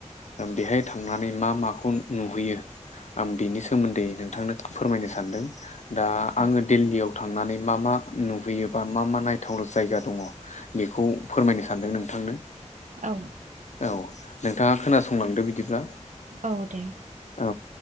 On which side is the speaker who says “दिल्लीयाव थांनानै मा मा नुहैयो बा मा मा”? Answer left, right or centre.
Left